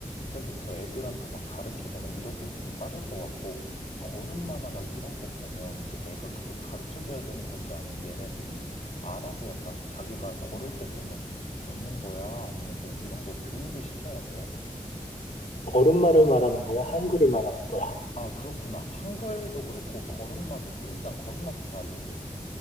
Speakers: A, on the left (about 65°); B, on the left (about 85°).
A: 때부터 애들한테 막 가르치거나 이러기엔 조금 빠를 것 같고, 걸음마나 막 이런 거 보면 이제 내가 그걸 가르쳐 줘야 되는 건지 아니면 얘네들이 알아서 약간 자기가 걸을 때 되면 걷는 거야? 아니면 좀 이런 걸 교육을 시켜야 돼?
B: 걸음마를 말하는 거야? 한글을 말하는 거야? <laughs>
A: 아, 그렇구나. 한글도 그렇고, 걸음마도 그렇고, 일단 걸음마부터 알려줘.